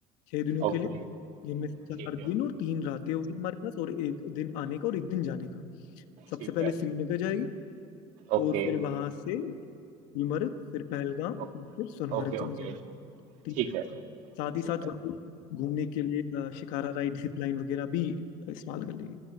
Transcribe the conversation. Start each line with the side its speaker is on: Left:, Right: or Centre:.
Left: छह दिनों के
Right: ओके
Left: लिए जिनमें
Right: ठीक
Left: से चार दिन
Right: है
Left: और तीन रातें होगी हमारे पास और एक दिन आने का और एक दिन जाने का सबसे
Right: ठीक
Left: पहले
Right: है
Left: श्रीनगर जाएगी
Right: ओके
Left: और फिर वहां से गुलमर्ग फिर पहलगाम
Right: ओ-
Left: और फिर सोनमर्ग
Right: ओके
Left: चले
Right: ओके
Left: जाएंगे ठीक
Right: ठीक है ठीक
Left: साथ ही साथ
Right: है
Left: थोड़ा बहुत घूमने के लिए अ, शिकारा राइड जिप लाइन वगैरह भी इस्तेमाल कर लेंगे